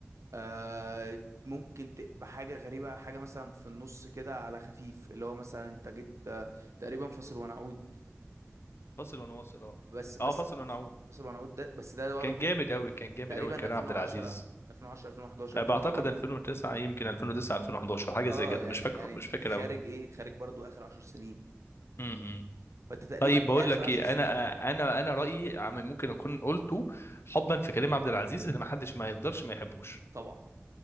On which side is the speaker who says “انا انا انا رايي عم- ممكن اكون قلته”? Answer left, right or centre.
Left